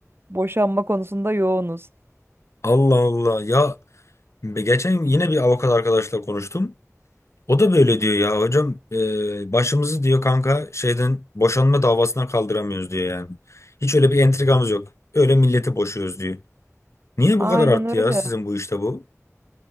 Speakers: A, on the right (about 45°); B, on the left (about 60°).
A: boşanma konusunda yoğunuz.
B: <laughs> Allah Allah. Ya geçen yine bir avukat arkadaşla konuştum. O da böyle diyor ya hocam e, başımızı diyor kanka şeyden boşanma davasından kaldıramıyoruz diyor yani. Hiç öyle bir entrikamız yok. Öyle milleti boşuyoruz diyor. Niye
A: Aynen
B: bu kadar arttı
A: öyle.
B: ya sizin bu işte bu?